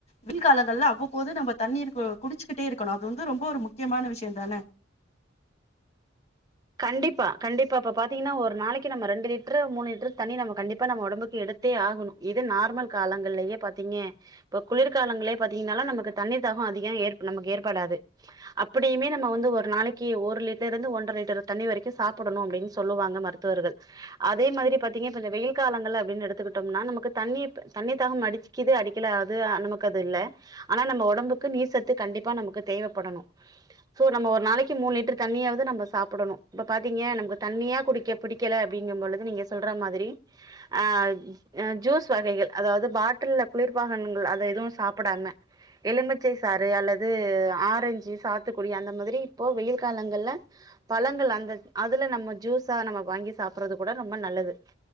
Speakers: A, on the left; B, on the right.
A: வெய்யில் கால ள்ல அவ்வப்போது நம்ம தண்ணீர் குடிச்சுக்கிட்டே இருக்கனு அது வந்து ரொம்ப ஒரு முக் கியமான விஷயந்தான
B: கண்டிப்பா கண்டிப்பா இப்ப பாத்தீங்கன்னா ஒரு நாளைக்கு நம்ம ரெண்டு லிட்டர் மூணு லிட்டர் தண்ணி நம்ம கண்டிப்பா நம்ம ஒடம்புக்கு எடுத்தே ஆகணு இது நார்மல் காலங்கள்லயே பார்த்தீங்க இப்ப குளிர்காலங்களே பாத்தீங்கன்னாலா நமக்கு தண்ணிர் தாகம் அதிக ஏற் நமக்கு ஏற்படாது அப்படியுமே நம்ம வந்து ஒரு நாளைக்கு ஒரு லிட்டர் இருந்து ஒன்றரை லிட்டர் தண்ணி வரைக்கு சாப்பிடணு அப்படின்னு சொல்லுவாங்க மருத்துவர்கள் அதே மாதிரி பாத்தீங்க இப்போ இந்த வெய்யில் காலங்கள அப்படின்னு எடுத்துக்கிட்டோம்னா நமக்கு தண்ணி தண்ணி தாகம் அடிக்குது அடிக்கல அது நமக்கு அது இல்ல ஆனா நம்ம ஒடம்புக்கு நீர்சத்து கண்டிப்பா நமக்கு தேவைப்படணு சோ நம்ம ஒரு நாளைக்கு மூணு லிட்டர் தண்ணியாவது நம்ம சாப்பிடணு இப்ப பாத்தீங்க நமக்கு தண்ணியா குடிக்க பிடிக்கல அப்படிங்கும் பொழுது நீங்க சொல்ற மாதிரி ஆஹ் ஜூஸ் வகைகள் அதாவது பாட்டில குளிர்பானங்கள் அத எதுவும் சாப்பிடாம எலுமிச்சை சாறு அல்லது ஆரஞ்சு சாத்துக்குடி அந்த மாதிரி இப்போ வெய்யில் காலங்கள்ல பழங்கள் அதுல நம்ம ஜூஸா நம்ம வாங்கி சாப்பிடறது கூட ரொம்ப நல்லது